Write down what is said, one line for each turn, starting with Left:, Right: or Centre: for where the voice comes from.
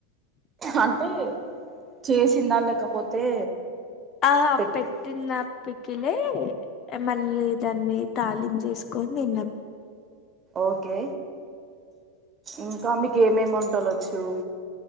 Right: అంటే చేసిందా లేకపోతే
Left: ఆ
Right: పెట్టి
Left: పె ట్టిన పికిలే మళ్ళీ దాన్ని తాలిం చేేసుకొని తిన్నాం
Right: ఓకే ఇంకా మీకు ఏమేమి వంటలు వచ్చు